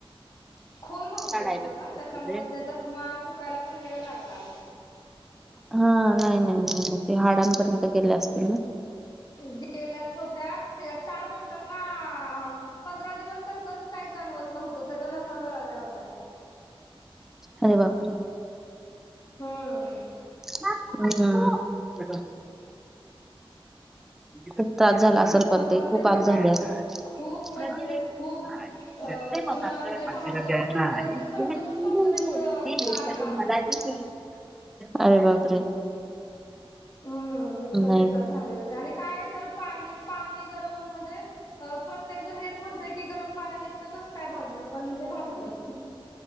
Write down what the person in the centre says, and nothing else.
काढायला
तिथे
हा नाही नाही नाही म्हणून ते हाडांपर्यंत केल्या असतील ना.
अरे बापरे!
हम्म. खूप त्रास झाला असल
पण ते खूप
आग
झाली असलं.
<unintelligible>
अरे बापरे!
नाही